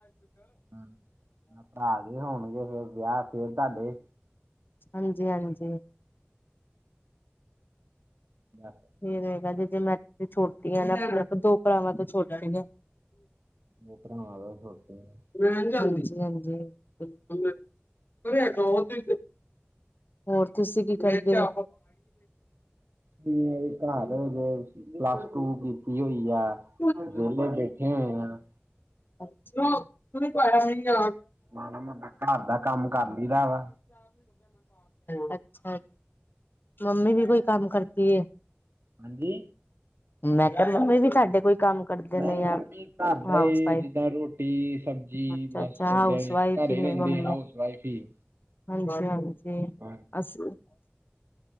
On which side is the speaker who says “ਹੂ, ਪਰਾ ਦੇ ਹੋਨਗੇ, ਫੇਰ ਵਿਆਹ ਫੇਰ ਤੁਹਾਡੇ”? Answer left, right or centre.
Right